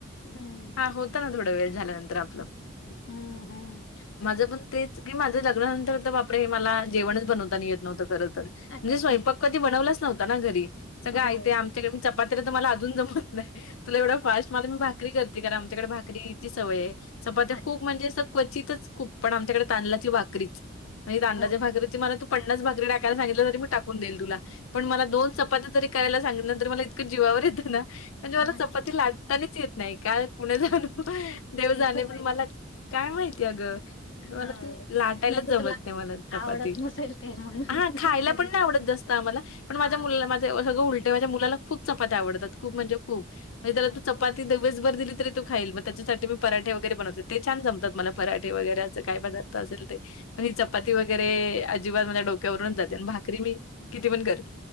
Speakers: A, on the left; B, on the left.
A: हं,
B: हां होत ना, थोड वेळ, झाल्यानंतर आपलं.
A: हम्म हम्म.
B: माझं पण तेच की, माझं लग्नानंतर, तर बापडे, मला जेवणच बनवताना येत नव्हतं खरं तर.
A: अरे
B: नहीं
A: बापरे!
B: स्वयंपाक कधी बनवलाच नव्हता ना घरी, सगळं
A: हो.
B: आयत आमच्याकड मी चपात्या तर मला अजून जमत नाही. तुला एवढं फास्ट, मला मी भाकरी करते, कारण आमच्याकडे भाकरीकॅजी सवय ये, चपात्या
A: अच्छा.
B: खूप म्हणजे अस क्वचितच खूप, पण आमच्याकड तांदळाची, भाकरीच. म्हणजे तांदलाची
A: हो
B: भाकरी,
A: का?
B: मला त. पन्नास भाकरी टाकायला सांगितलं तर मी टाकून देईन तुला, पण दोन चपात्या तरि करायला सांग <unintelligible> नंतर मला इतकं जीवावर येतं ना, म्हणजे
A: अ,
B: मला
A: अच्छा.
B: चपाती लाटतानि च येत नाही. पुणे जाण, देव
A: ते
B: जाणे,
A: सवय
B: पण मला काय माहिती अग.
A: हां.
B: मला ते लाटायलाच
A: नाही तर
B: जमत
A: तुला
B: नाही, मला चपाती,
A: आवडत नसेल ते म्हणून
B: हां खायला
A: जमत
B: पण नाही
A: नसेल.
B: आवडत जास् त, आम्हाला, पण
A: हां.
B: माझ्या मुलाल <unintelligible> सगळं उलटय. माझ्या मुलाला खूप चपात्या आवडतात. खूप म्हणजे खूप. नाही त्याला
A: अच्छा,
B: तू चपाती देऊ दिवसभर दिली तरी तो खाईल. मग त्याच्यासाठी मी पराठे वगैरे बनवते. ते छान जमतात मला. पराठे वगैरे अस काय पदार्थ असेल ते. पण ही चपाती
A: अच्छा.
B: वैगेर ते अजिबात माझ्या डोक्यावरूनच जाते. अन् भाकरी मी, किती पण करेल.